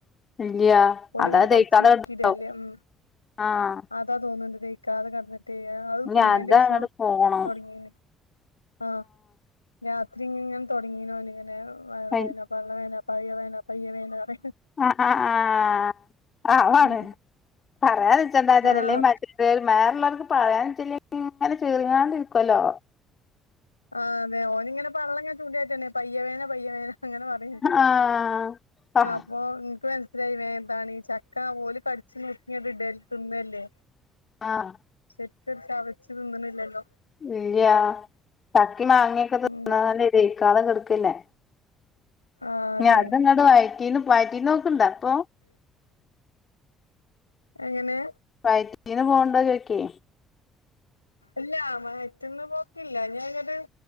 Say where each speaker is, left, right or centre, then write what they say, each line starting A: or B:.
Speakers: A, on the left; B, on the left.
A: ഇല്ല്യാ
B: ഓലിങ്ങനെ
A: അതാ
B: കടിച്ച്
A: ദഹിക്കാതെ
B: നുറുക്കിയിടല്ലേ
A: കിടപ്പുണ്ടാവും
B: ഉം
A: ആഹ്
B: അതാ തോന്നുന്നുണ്ട് ദഹിക്കാതെ കിടന്ന് തിയാ അത്
A: ഇഞ്ഞ്
B: തിന്നേൻ്റെ
A: അതങ്ങട്ട്
B: ശേഷം
A: പോണം
B: തുടങ്ങീന് ആഹ് രാത്രി ഇങ്ങനെ തുടങ്ങീനോ ഓൻ ഇങ്ങനെ വയർ
A: അയ്
B: വേദന പള്ള വേദന പഴയ വേദന പയ്യ വേദന പറയും
A: അ ആഹ് ആ അവൻ പറയ്
B: ഉം
A: പറയാന്നുവച്ചെന്തോച്ചാല്
B: ആഹ്
A: അല്ലേൽ മറ്റേ ഇതേത് മേറെഉള്ളവർക്ക് പറയാന്ന് വെച്ച ഇങ്ങനെ ചെറിങ്ങാണ്ടിരിക്കുവല്ലോ
B: ആ അതെ ഓനിങ്ങനെ പള്ളങ്ങനെ ചൂണ്ടി കാണിച്ചാണ് പയ്യ വേന പയ്യ വേന അങ്ങനെ പറയണിണ്ട്
A: ആഹ്
B: അപ്പൊ എനിക്ക് മനസ് ത്രയായി വേന്താണീ ചക്ക ഓല് കടിച്ച് നുറുക്കി ഇങ്ങട് ഇടു തിന്നുഅല്ലേ
A: ആഹ്
B: ശരിക്കും ചവച്ച് തിന്നണില്ലല്ലോ
A: ഇല്ല്യാ ചക്കി മാങ്ങിയൊക്കെ തിന്നാല്
B: ഉം
A: ദഹിക്കാതെ കെടുക്കല്ലേ
B: ആ അതെ
A: ഇഞ അതിങ്ങട് വൈറ്റീന്ന് വയറ്റിന്നു പോക്കുണ്ടോ ഇപ്പൊ
B: എങ്ങനെ
A: വയറ്റീന് പോകേണ്ടോ ചോയിക്ക്
B: ഇല്ലാ വയറ്റിന്ന് പോക്കില്ല ഞാൻ ഒരു